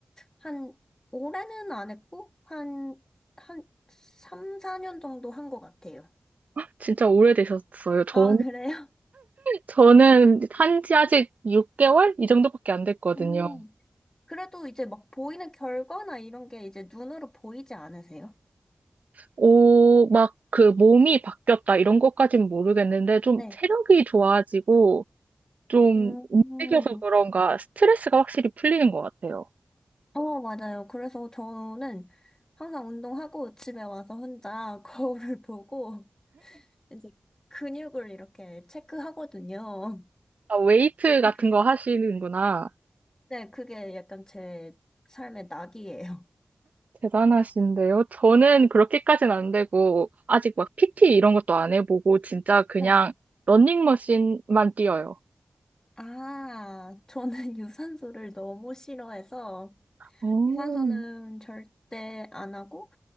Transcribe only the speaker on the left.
한 올해는 안 했고 한, 한 3, 4년 정도 한 것 같아요.
아, 그래요?
음. 그래도 이제 막 보이는 결과나 이런 게 이제 눈으로 보이지 않으세요?
네.
음,
어, 맞아요. 그래서 저는 항상 운동하고 집에 와서 혼자 <laughs> 거울을 보고 이제 근육을 이렇게 체크하거든요.
그게,
네, 그게 약간 제 삶의 낙이에요.
네.
네.
아, 저는 <laughs> 유산소를 너무 싫어해서
유산소는 절대 안 하고